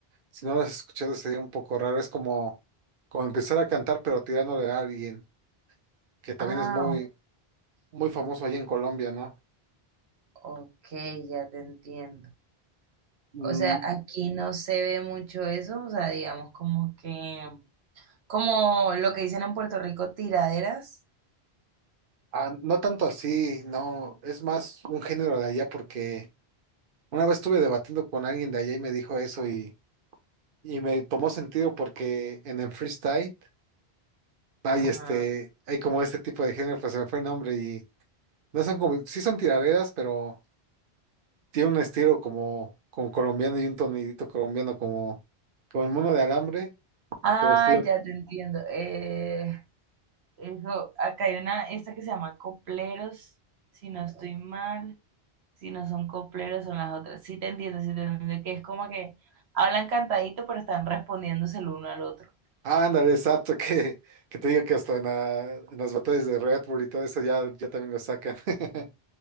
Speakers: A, on the right; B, on the right.
A: Si no lo has escuchado, sería un poco raro. Es como, como empezar a cantar, pero tirándole a alguien, que también
B: Ah,
A: es muy,
B: o-
A: muy famoso allá en Colombia, ¿no?
B: ok, ya te entiendo.
A: Mm,
B: O sea, aquí no se ve mucho eso, o sea, digamos como que, como lo que dicen en Puerto Rico, tiraderas.
A: ah, no tanto así, no, es más un género de allá, porque una vez estuve debatiendo con alguien de allá y me dijo eso y, y me tomó sentido porque en el freestyle hay
B: Ajá.
A: este, hay como este tipo de género, pues se me fue el nombre y no son como, sí son tiraderas, pero tiene un estilo como, como colombiano y un tonidito colombiano como, como el mono de alambre,
B: Ah,
A: pero estilo...
B: ya te entiendo. Eh, Eso, acá hay una, esta que se llama copleros, si no estoy mal, si no son copleros son las otras. Sí te entiendo, sí te entiendo, que es como que hablan cantadito pero están respondiéndose el uno al otro.
A: ah <laughs> Ándale, exacto, que, que te digo que hasta en, la- en las batallas de Red Bull y todo eso ya, ya también lo sacan. <laughs>